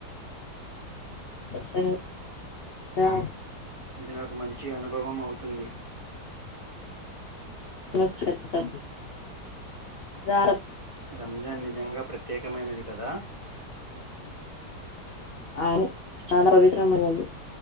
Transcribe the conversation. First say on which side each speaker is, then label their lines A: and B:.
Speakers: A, on the left; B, on the right.
A: కషంగ్ రా
B: ఇది నాకు మంచి అనుభవం అవుతుంది
A: <inaudible> రా
B: రంజాన్ నిజంగా ప్రత్యేకమైనది కదా
A: అవును చాలా పవిత్రమైనది